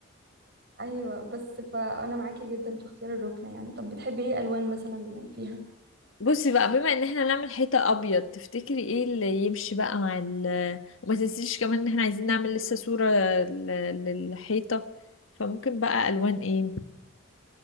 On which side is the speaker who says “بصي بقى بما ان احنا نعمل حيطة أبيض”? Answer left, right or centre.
Left